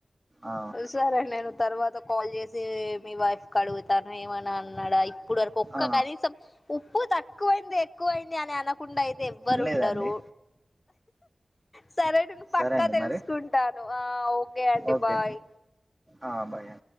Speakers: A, on the right (about 20°); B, on the left (about 35°).
A: ఆ
B: సరే నేను తర్వాత కాల్ చేసి మీ వైఫ్ కడుగుతనా ఏమనా అన్నాడా ఇప్పుడు వరకు ఒక్క
A: ఆ
B: కనీసం ఉప్పు తక్కువైంది ఎక్కువైంది అని అనకుండా అయితే ఎవ్వరు
A: లేదండి
B: ఉండరు సరే అండి
A: సరే
B: పక్కా
A: అండి
B: తెలుసుకుంటాను
A: మరి
B: ఆ ఓకే అండి
A: ఓకే
B: బాయ్
A: ఆ బాయ్ అండి.